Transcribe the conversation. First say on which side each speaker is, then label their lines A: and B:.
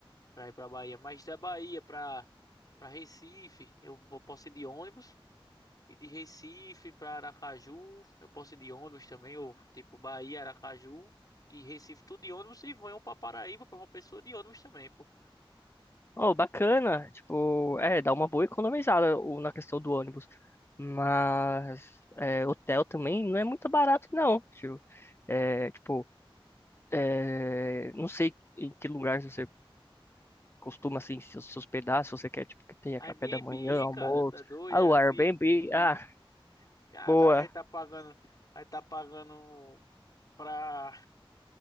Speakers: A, on the left (about 40°); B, on the left (about 25°).
A: para ir para Bahia. Mas da Bahia para para Recife, eu vou- posso ir de ônibus. E de Recife para Aracaju, eu posso ir de ônibus também, ou tipo Bahia, Aracaju e Recife, tudo de ônibus. E vão para Paraíba para uma pessoa de ônibus também, pô.
B: Oh, bacana, tipo, é, dá uma boa economizada o- na questão do ônibus. Mas é, hotel também não é muito barato não, tio. É, tipo, é, não sei em que lugar você costuma assim se se hospedar, se você quer tipo que tenha
A: Airbnb,
B: café da manhã, almoço,
A: cara, tá doido?
B: ah,
A: É
B: o
A: Airbnb.
B: Airbnb, ah,
A: Cara,
B: boa.
A: o cara vai tá pagando, vai tá pagando pra